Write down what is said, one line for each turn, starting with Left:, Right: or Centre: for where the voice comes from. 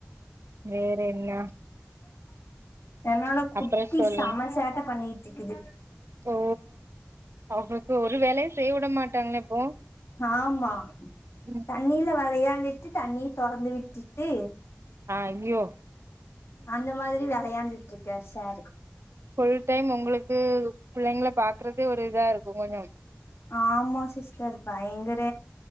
Right: வேற என்ன
Left: என்னால குட்டி
Right: அப்றோ சொல்லுங்
Left: செம சேட்ட பண்ணிட்ருக்குது.
Right: ஓ அவ ஒரு வேல செய்ய வுட மாட்டாங்ளே இப்போ
Left: ஆமா
Right: ம்
Left: தண்ணில வெளையான்டுட்டு தண்ணி தொறந்து விட்டுட்டு.
Right: அய்யோ
Left: அந்த மாதிரி வெளையாண்டுட்ருக்கார் சாரு
Right: ஃபுல் டைம் உங்களுக்கு பிள்ளைங்ள பாக்கற்கே ஒரு இதா இருக்கு கொஞ்சம்
Left: ஆமா சிஸ்டர் பயங்கர